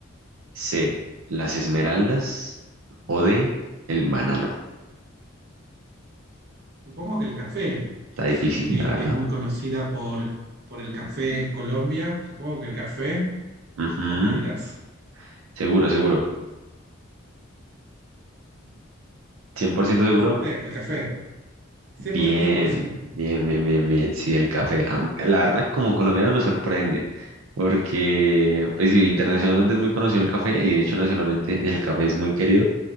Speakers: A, on the right; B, on the right.
A: C, las esmeraldas o D, el banano.
B: Supongo que el café,
A: Está
B: sé
A: difícil,
B: que, que-
A: la verdad.
B: que es muy conocida por, por el café Colombia, supongo que el café,
A: Ujú.
B: vos me dirás.
A: Seguro, seguro. cien por ciento seguro.
B: Café, El café, 100%
A: Bien,
B: seguro, sí.
A: bien, bien, bien, bien. Sí, el café. Am- La verdad, como colombiano me sorprende, porque pues sí, internacionalmente es muy conocido el café y de hecho nacionalmente el café es muy querido,